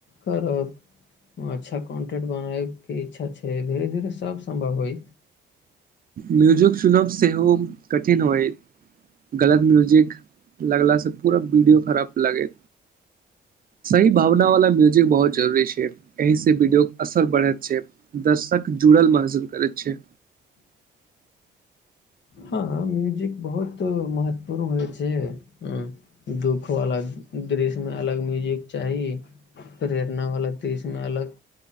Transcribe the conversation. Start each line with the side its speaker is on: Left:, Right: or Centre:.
Left: करब अच्छा कॉन्टेंट बनाबै के इच्छा छै से धीेरे-धीरे सब सम्भव होइ।
Right: म्यूजिक चुनब सेहो कठिन होय गलत म्यूजिक लगला से पूरा वीडियो खराब लगे सही भावना वाला म्यूजिक बहुत जरूी छै एहि से बीडियो के असर बढ़ैत छै दर्शक जुड़ल महसूल करैत छै।
Left: हँ म्यूजिक बहुत महत्वपूर्ण होइ छै हूँ दुःख वाला दृश्यमे अलग म्यूजिक चाही प्रेरणा वाला दृश्यमे अलग